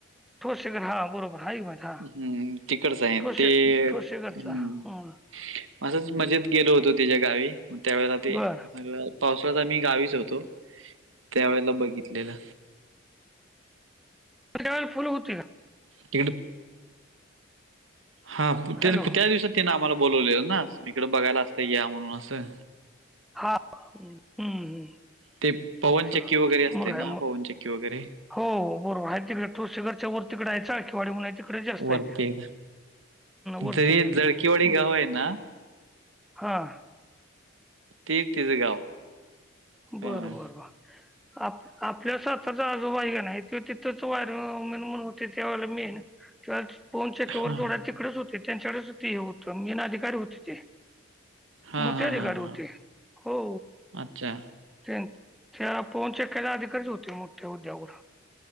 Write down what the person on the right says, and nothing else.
हम्म तिकडच आहे
ते
हम्म.
असंच मजेत गेलो होतो तेच्या गावी त्या वेळेला ते
सगळं पावसाळ्यात आम्ही गावीच होतो त्या वेळेला बघितलेलं.
तिकडं हा ते
त्या दिवसात त्यांने आम्हाला बोलवलेलं ना इकडं बघायला असत या म्हणून असं.
ते पवनचक्की
वगैरे असते
ना
पवनचक्की वगैरे.
वरती
जरी
जळकीवाडी
गाव आहे ना
ती तिच गाव.
हा
हा
हा
हा हा
हा
अच्छा, !